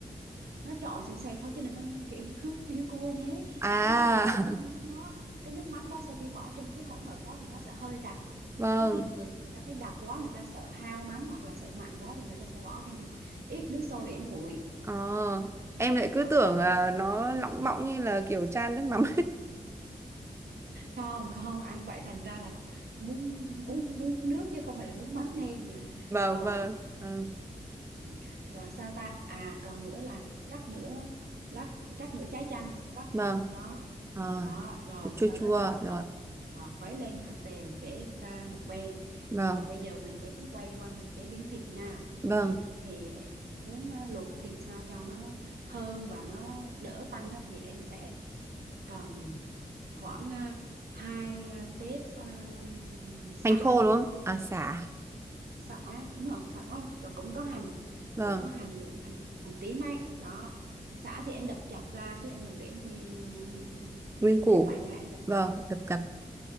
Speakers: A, on the right; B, on the right.
A: nó trộn sền sệt thôi chứ đừng ăn kiểu <laughs> nước riêu cua nhé
B: À
A: có nghĩa là cái nước mắm đó cái nước mắm đó sau khi bỏ trong cái hỗn hợp đó thì nó sẽ hơi đặc
B: <laughs> vâng
A: có nhiều người thì người ta thấy đặc quá người ta sợ hao mắm hoặc là sợ mặn quá thì người ta sẽ bỏ thêm một ít nước sôi để nguội
B: Ờ Em lại cứ
A: ờ
B: tưởng là nó lỏng bọng như là kiểu chan nước mắm
A: không không ăn vậy thành ra là bún bún bún nước chứ không phải bún mắm nêm nữa
B: <laughs> Vâng
A: rồi
B: vâng ừ,
A: Ừ, ừ. rồi sao ta à còn nữa là cắt nửa lát cắt nửa trái chanh vắt
B: Vâng
A: vào trong đó
B: Ờ
A: đó rồi
B: Chua
A: sau
B: chua
A: đó trộn
B: rồi
A: trộn à, khuấy lên thật đều để ra một bên
B: Vâng
A: rồi bây giờ mình đến quay qua mình chế biến thịt nha
B: Vâng
A: thịt thì em muốn á, luộc thịt sao cho nó thơm và nó đỡ tanh á thì em sẽ cần khoảng à, hai à, tép à, sả
B: Hành khô
A: này
B: đúng không À sả
A: sả đúng rồi sả không rồi cũng có hành
B: Vâng
A: cũng có hành nữa hành hành tím ấy đó sả thì em đập dập ra chứ em đừng để nguyên à, nguyên nguyên
B: Nguyên củ
A: tép vậy nha em đập
B: Vâng Đập
A: ừ.
B: đập